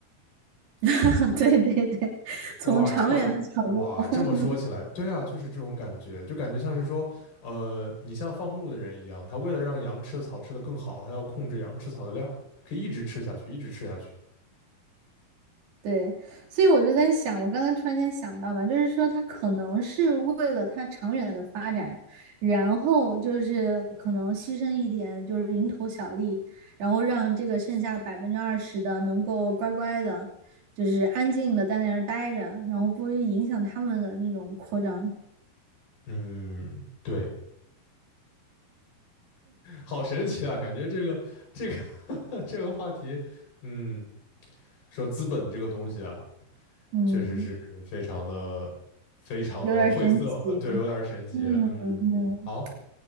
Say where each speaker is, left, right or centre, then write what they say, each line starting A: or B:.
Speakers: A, on the right; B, on the left.
A: <laughs> 对对对，从长远的角度，
B: 哇，这么哇，
A: <laughs>
B: 这么说起来，对啊，就是这种感觉，就感觉像是说，呃，你像放牧的人一样，他为了让羊吃的草吃得更好，他要控制羊吃草的量，可以一直吃下去，一直吃下去。
A: 对，所以我就在想，我刚才突然间想到吧，就是说他可能是为了他长远的发展，然后就是可能牺牲一点，就是蝇头小利，然后让这个剩下百分之二十的能够乖乖的，就是安静的在那儿待着，然后不影响他们的那种扩张，
B: 嗯，对，好神奇啊，感觉这个这个 <laughs> 这个话题，嗯，说资本这个东西啊，
A: 嗯。
B: 确实是非常的非常的晦涩，
A: 有点儿神奇。
B: 呃，对，有点神奇。
A: 嗯嗯
B: 嗯，好，